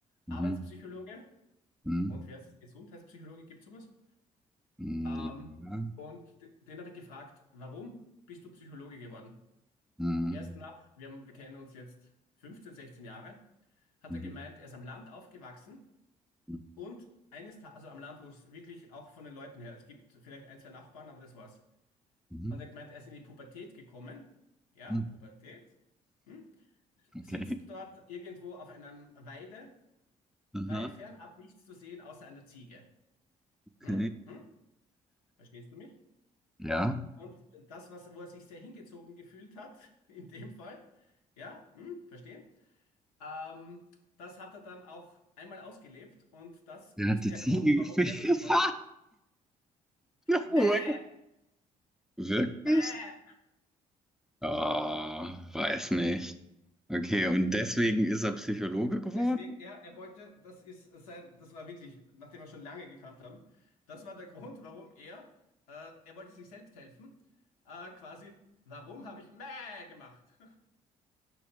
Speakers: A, in the centre; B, on the left.
A: mhm,
B: Arbeitspsychologe
A: mhm,
B: und wie heißt es, Gesundheitspsychologe, gibt es sowas?
A: mhm,
B: Ähm,
A: ja,
B: und d- den habe ich gefragt, warum bist du Psychologe geworden?
A: mhm,
B: Erst nach, wir, haben, wir kennen uns jetzt 15, 16 Jahre hat
A: mhm,
B: er gemeint, er ist am Land aufgewachsen
A: mhm,
B: und eines Tages, also am Land, wo es wirklich auch von den Leuten her, es gibt vielleicht ein, zwei Nachbarn, aber das war's.
A: mhm,
B: Und er hat gemeint, er ist in die Pubertät gekommen. Ja,
A: mhm,
B: Pubertät. Hm?
A: okay.
B: Sitzt dort irgendwo auf einem Weide, weit
A: Aha.
B: fernab nichts zu sehen, außer einer Ziege.
A: Okay.
B: Hm? Hm? Verstehst du mich?
A: Ja.
B: Und das, was, wo er sich sehr hingezogen gefühlt hat, <laughs> in dem Fall, ja, hm? Verstehen? Ähm, das hat er dann auch einmal ausgelebt und das ist
A: Der hat die
B: der
A: Ziege
B: Grund, warum
A: gefickt.
B: er das
A: <laughs>
B: geworden
A: No
B: Bäh,
A: way. Wirklich?
B: bäh.
A: Ah, weiß nicht. Okay, und deswegen ist er Psychologe geworden?
B: Deswegen, ja, er wollte, das ist sein, das war wirklich, nachdem wir schon lange gekannt haben, das war der Grund, warum er, äh, er wollte sich selbst helfen, äh, quasi, warum habe ich Mäh gemacht? <laughs>